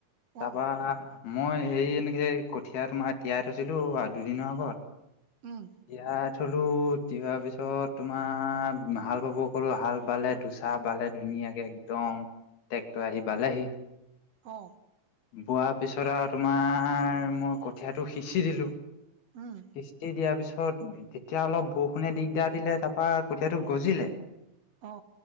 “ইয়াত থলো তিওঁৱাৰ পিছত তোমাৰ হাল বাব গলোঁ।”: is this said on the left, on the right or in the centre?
Left